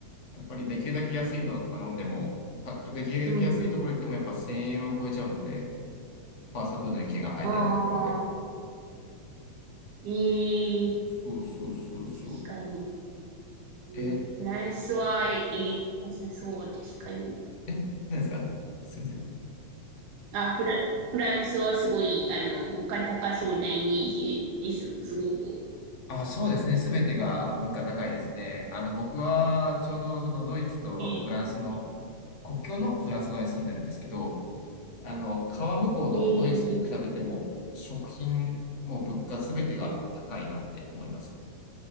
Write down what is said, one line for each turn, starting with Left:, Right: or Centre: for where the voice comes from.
Left: やっぱりできるだけ安いのを頼んでも、かできるだけ安いところ行ってもやっぱ1000円は超えちゃうので、
Right: うん。
Left: ファーストフードに毛が生えたようなところで。
Right: ああ、いい。
Left: そうそうそうそう。
Right: 確かに。うんフランスはいい。
Left: え、
Right: 良さそう、確かに。
Left: え、何ですかすみません。
Right: あ、フラ、フランスはすごい、あの、物価高そうなイメージです。すごく。
Left: あ、そうですね。すべてが物価高いですね。あの、僕はちょうどそのドイツとフランスの、
Right: え、
Left: 国境のフランス側に住んでるんですけど、あの、川向こうのドイツに比べても、
Right: えー、
Left: 食品、も物価すべてが高いなって思います。